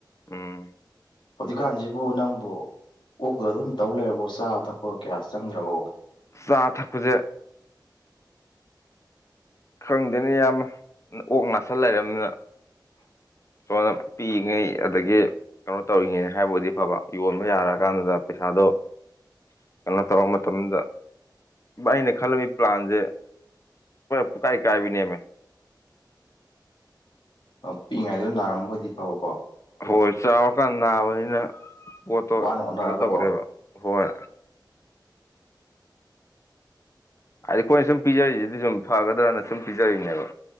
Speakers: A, on the left; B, on the left.
A: ꯎꯝ
B: ꯍꯧꯖꯤꯛꯀꯥꯟꯁꯤꯕꯨ ꯅꯪꯕꯨ ꯑꯣꯛꯇ ꯑꯗꯨꯝ ꯇꯧ ꯂꯩꯔꯕꯣ ꯆꯥꯕ ꯊꯛꯄ ꯀꯌꯥ ꯆꯪꯗ꯭ꯔꯕꯣ
A: ꯆꯥ ꯊꯛꯄꯁꯦ ꯈꯪꯗꯦꯅꯦ ꯏꯌꯥꯝꯕ ꯑꯣꯛ ꯅꯥꯁꯤꯜ ꯂꯩꯔꯕꯅꯤꯅ
B: <unintelligible>
A: ꯁꯣꯟꯗ ꯄꯤꯛꯏꯉꯩ ꯑꯗꯒꯤ ꯀꯩꯅꯣ ꯇꯧꯔꯤꯉꯩ ꯍꯥꯏꯕ ꯑꯣꯏꯗꯤ ꯐꯕ ꯌꯣꯟꯕ ꯌꯥꯔꯑ ꯀꯥꯟꯗꯨꯗ ꯄꯩꯁꯥꯗꯣ <unintelligible> ꯀꯩꯅꯣ ꯇꯧꯔ ꯃꯇꯝꯗꯨꯗ ꯑꯩꯅ ꯈꯜꯂꯝꯃꯤ ꯄ꯭ꯂꯥꯟꯁꯦ ꯄꯨꯀꯥꯏ ꯀꯥꯏꯕꯤꯅꯤꯃꯦ
B: ꯑꯥ ꯄꯤꯛꯏꯉꯥꯏꯗ ꯅꯥꯔꯝꯕ ꯑꯣꯏꯗꯤ ꯐꯕ
A: ꯍꯣꯏ ꯆꯥꯎꯔꯀꯥꯟ ꯅꯥꯕꯅꯤꯅ ꯄꯠꯇꯣ
B: ꯋꯥꯅ ꯍꯣꯠꯅꯔꯒ
A: ꯀꯩꯅꯣ ꯇꯧꯔꯦꯕ
B: ꯀꯣ
A: ꯍꯣꯏ ꯍꯥꯏꯗꯤ ꯑꯩꯈꯣꯏꯅ ꯁꯨꯝ ꯄꯤꯖꯔꯤꯁꯤꯗꯤ ꯁꯨꯝ ꯐꯒꯗ꯭ꯔꯅ ꯁꯨꯝ ꯄꯤꯖꯔꯤꯅꯦꯕ